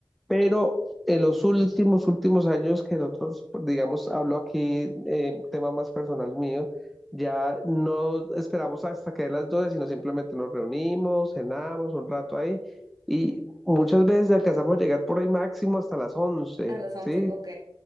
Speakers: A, in the centre; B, on the right.
A: Pero en los últimos, últimos años que nosotros, digamos, hablo aquí, eh, tema más personal mío, ya no esperamos hasta que den las 12 sino simplemente nos reunimos, cenamos un rato ahí y muchas veces alcanzamos a llegar por ahí máximo hasta las once
B: A las once
A: ¿sí?
B: ok.